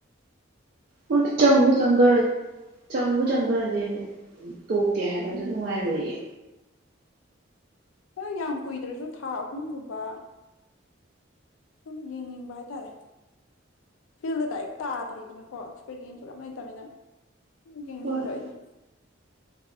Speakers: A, on the right; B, on the left.
A: ꯍ ꯆꯪꯒ ꯆꯪꯒꯥ ꯆꯪꯒꯨ ꯆꯪꯒꯥꯗꯅꯦ ꯇꯣꯛꯀꯦ ꯍꯥꯏꯕꯗꯨ ꯅꯨꯡꯉꯥꯏꯔꯣꯏꯌꯦ
B: ꯍꯣꯏ ꯌꯥꯝ ꯀꯨꯏꯗ꯭ꯔꯁꯨ ꯊꯥ ꯑꯍꯨꯝꯒꯨꯝꯕ ꯁꯨꯝ ꯌꯦꯡꯅꯤꯡꯕ ꯍꯥꯏꯇꯥꯔꯦ ꯐꯤꯜꯗꯨꯗ ꯍꯦꯛ ꯇꯥꯗ꯭ꯔꯤꯗꯅꯀꯣ ꯑꯦꯛꯁꯄꯤꯔꯤꯌꯦꯟꯁꯁꯨ ꯌꯥꯝ ꯂꯩꯇꯕꯃꯤꯅ ꯒꯅꯤꯡꯕꯥꯏꯗ
A: ꯍꯣꯏ